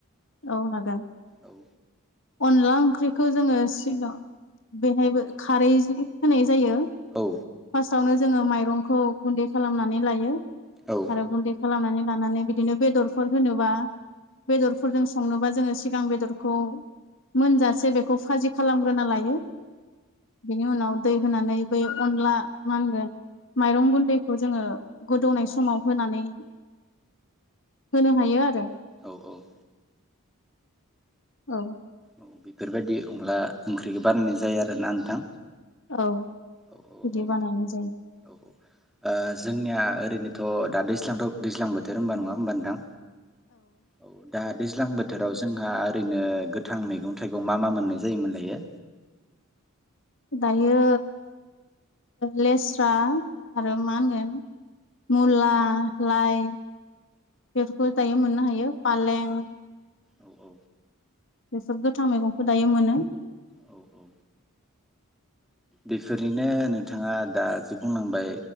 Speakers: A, on the left; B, in the centre.
A: औ हागोन।
B: औ।
A: अनला ओंख्रिखौ जोङो सिगाङाव बेहायबो खारै जि होनाय जायो
B: औ
A: फार्स्तआवनो जोङो माइ रंखौ गुन्दै खालामनानै लायो
B: औ
A: आरो गुन्दै खालामनानै लानानै बिदिनो बेदरफोर होनोबा बेदर फोरजों संनोबा जोङो सिगां बेदरखौ मोनजासे बेखौ फाजि खालामग्रोना लायो। बेनि उनाव दै होनानै बै अनला मा होनगोन माइरं गुन्दैखौ जोङो गोदौनाय समाव होनानै होनो हायो आरो।
B: औ औ।
A: औ।
B: औ बेफोरबायदि अनला ओंख्रिखौ बानायनाय जायो आरोना नोंथां?
A: औ
B: औ
A: बिदि
B: औ
A: बानायनाय जायो
B: ओं औ जोंनिया ओरैनो थ' दा दैज्लांथ' दैज्लां बोथोर होनबा नङा होनबा नोंथां? औ दा बे। दैज्लां बोथोराव जोंहा ओरैनो गोथां मैगं थाइगं मा मा मोननाय जायोमोनलायो।
A: दायो लेस्रा आरो मा होनगोन मुला लाइ बेफोरखौ दायो मोननो हायो फालें
B: औ औ
A: बेसोर गोथां मैगंखौ दायो मोनो।
B: औ औ ओ बेफोरनिनो नोंथाङा दा जि बुंनांबाय